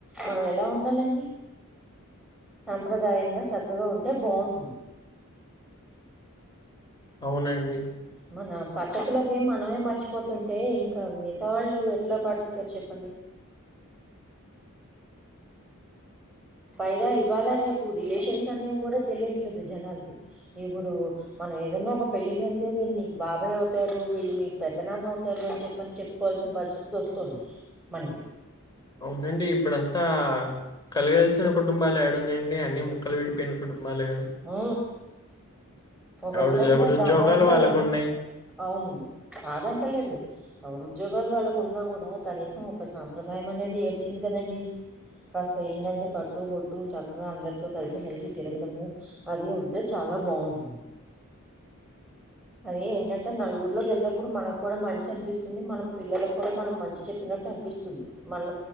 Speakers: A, in the centre; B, on the left.
A: మనం ఎలా ఉండాలండి. సాంప్రదాయంగా చక్కగా ఉంటే బావుంటుంది.
B: అవునండి.
A: మన పద్ధతులవి మనమే మర్చిపోతుంటే ఇంకా మిగతా వాళ్ళు ఎట్లా పాటిస్తారు చెప్పండి. పైగా ఇవవాల రేపు రిలేషన్స్ అనేవి కూడ తెలియట్లేదు జనాలకి ఇప్పుడు మనం ఏదన్నా ఒక పెళ్ళికి ఎళ్తే వీల్ మీక్ బాబాయ్ అవుతాడు. వీల్ మీక్ పెద్ద నాన్న అవుతారు. అన్ చెప్పని చెప్ కోవాల్సిన పరిస్థితి వస్తుంది మనకి.
B: అవునండి ఇప్పుడంతా కలగాల్సిన కుటుంబాలు యాడున్నాయండి, అన్ని ముక్కలు విడిపోయిన కుటుంబాలే కదా.
A: ఉ ఒకప్పుడుంటే
B: ఎవడు ఎవరి ఉద్యోగాలు
A: దాదాపుగా
B: వాళ్ళకు ఉన్నాయి
A: అవును కాదంటలేదు ఎవరు ఉద్యోగాలు వాళ్ళకున్నా కూడ, కనీసం ఒక సాంప్రదాయం అనేది ఏడ్చింది కదండి. కాస్త ఏంటంటే కట్టుబొట్టు చక్కగా అందరితో కలిసిమెలిసి తిరగడము. అది ఉంటే చాలా బాగుంటుంది. అదే ఏంటంటే నలుగురిలోకి వెళ్ళినప్పుడు మనకు కూడ మంచి అనిపిస్తుంది మన పిల్లలకు కూడ మనం మంచి చెప్పినట్టు అనిపిస్తుంది. మన్